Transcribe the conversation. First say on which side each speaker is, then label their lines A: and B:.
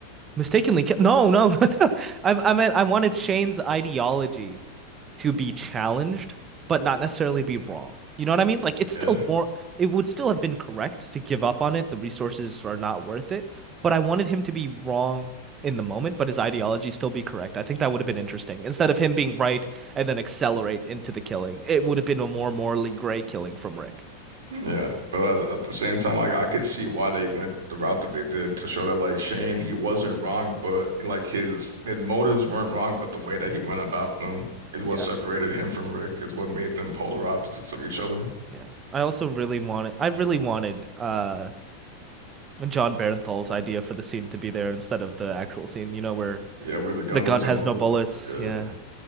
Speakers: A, on the right; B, on the right.
A: Mistakenly ki- No, no, <laughs> no. I I meant I wanted Shane's ideology to be challenged, but not necessarily be wrong. You know what I mean? Like it's
B: Yeah.
A: still more it would still have been correct to give up on it. The resources are not worth it, but I wanted him to be wrong in the moment, but his ideology still be correct. I think that would have been interesting. Instead of him being right and then accelerate into the killing, it would have been a more morally gray killing from Rick.
B: Yeah, but at, at the same time, I I could see why they went the route that they did to show that like Shane, he wasn't wrong, but like his his motives weren't wrong, but the way that he went about them is what
A: Yeah.
B: separated him from Rick, is what made them polar opposites of each other.
A: Yeah. I also really wanted I really wanted uh John Barenthal's idea for the scene to be there instead of the actual scene, you know, where
B: Yeah, where the gun
A: the gun
B: wasn't
A: has
B: loaded.
A: no bullets.
B: Yeah,
A: Yeah.